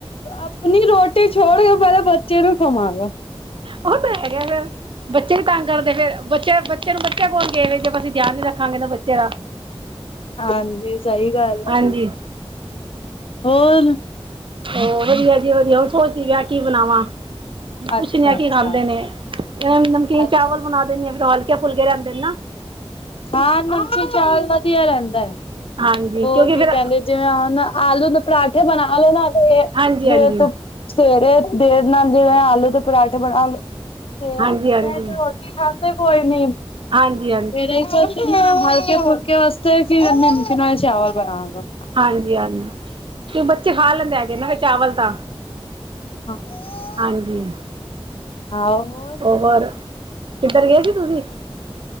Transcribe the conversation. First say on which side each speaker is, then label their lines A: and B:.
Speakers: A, on the left; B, on the right.
A: ਆਪਣੀ ਰੋਟੀ ਛੋੜ ਕੇ ਪਹਿਲੇ ਬੱਚੇ ਨੂੰ ਸਮਭਾ ਲੋ।
B: ਉਹ ਤਾਂ ਹੈਗਾ ਫਿਰ, ਬੱਚੇ ਵੀ ਤੰਗ ਕਰਦੇ, ਫੇਰ ਬੱਚੇ ਬੱਚੇ ਨੂੰ ਬੱਚਾ ਕੋਨ ਕਹੇਗ ਜੇ ਅਸੀਂ ਧਿਆਨ ਨੀ ਰੱਖਾਂਗੇ ਤਾ ਬੱਚੇ ਦਾ,
A: ਹਾਂਜੀ ਸਹੀ ਗੱਲ
B: ਹਾਂਜੀ।
A: ਹੈ ਹੋਰ।
B: ਉ ਵਧਿਆ- ਵਧੀਆ-ਵਧਿਆ, ਹੁਣ ਸੋਚਦੀ ਪਿਆ ਕੀ ਬਣਾਵਾ? ਪੁੱਛਨਿਆ
A: ਅੱਛਾ
B: ਕੀ
A: ਅੱਛਾ
B: ਖਾਂਦੇ ਨੇ, ਨਮਕੀਨ
A: ਅੱਛਾ
B: ਚਾਵਲ ਬਣਾ ਦਿੰਦੀ ਆ ਫਿਰ ਹਲਕੇ-ਫੁਲਕੇ ਰਹਿੰਦੇ ਨੇਨਾ।
A: ਹਾਂ, ਨਮਕੀਨ ਚਾਵਲ ਵਧੀਆ ਰਹਿੰਦਾ ਹੈ
B: ਹਾਂਜੀ
A: ਉ
B: ਕਿਉਂਕਿ
A: ਕੀ
B: ਫਿਰ
A: ਕਹਿੰਦੇ ਜਿਵੇਂ ਹੁਨ ਆਲੂ ਦੇ ਪਰਾਂਠੇ ਬਣਾਲੋ ਨਾ ਜਿਵੇ
B: ਹਾਂਜੀ ਹਾਂਜੀ
A: ਤੂ ਸਵੇਰੇ ਦੇਰ ਨਾਲ ਜਿਵੇਂ ਆਲੂ ਦੇ ਪਰਾਂਠੇ ਬਣਾ ਲ ਤੇ ਆਉਂਦੇ
B: ਹਾਂਜੀ
A: ਦੁਪਹਿਰੇ
B: ਹਾਂਜੀ ਹਾਂਜੀ
A: ਰੋਟੀ ਖਾਂਦੇ ਕੋਈ ਨੀ ਸਵੇਰੇ
B: ਹਾਂਜੀ
A: ਹੀ ਹਲਕੇ-ਫੁਲਕੇ ਵਸਤੇ ਕਿ ਕਰਨੀ ਨਮਕਿਨ ਚਾਵਲ ਬਣਾਦੋ।
B: ਹਾਂਜੀ-ਹਾਂਜੀ, ਤੇ ਬੱਚੇ ਖਾ ਲੈਂਦੇ ਹੈਗੇ ਨਾ ਚਾਵਲ ਤਾਂ।
A: ਹਾਂ।
B: ਹਾਂਜੀ।
A: ਆਹੋ।
B: ਹੋਰ, ਗੁਰਦੁਆਰੇ ਗਏ ਸੀ ਤੁਸੀਂ।